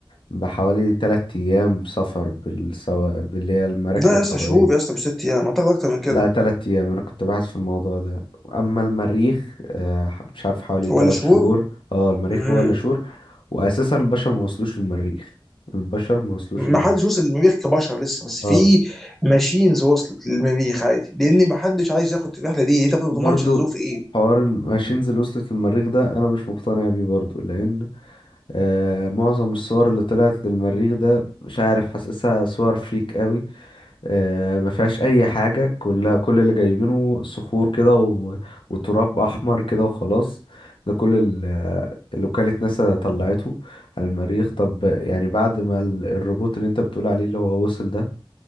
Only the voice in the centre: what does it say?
لا يا
اسطى شهور يا اسطى مش ست ايام اعتقد اكتر من كده
هو
اللي شهور
امم
ما
حدش وصل للمريخ كبشر لسه بس
في ماشينز وصلت للمريخ عادي لان ما حدش عايز ياخد الرحله دي انت ما
بتضمنش الظروف ايه